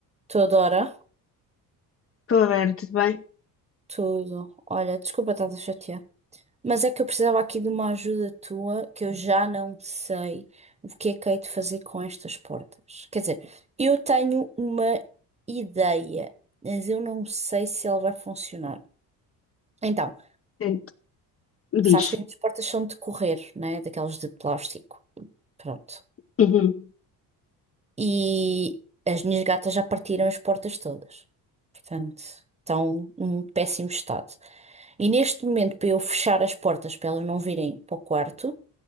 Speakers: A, on the right; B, on the left.
A: Tudo, ora?
B: Estou a ver, tudo bem?
A: Tudo. Olha, desculpa estar a chatear. Mas é que eu precisava aqui de uma ajuda tua, que eu já não sei o que é que hei de fazer com estas portas. Quer dizer, eu tenho uma ideia, mas eu não sei se ela vai funcionar. Então,
B: Ent- Diz.
A: sabes que as portas são de correr, né? Daquelas de plástico. Pronto.
B: Uhum,
A: E as minhas gatas já partiram as portas todas. Portanto, estão num péssimo estado. E neste momento, para eu fechar as portas para elas não virem para o quarto,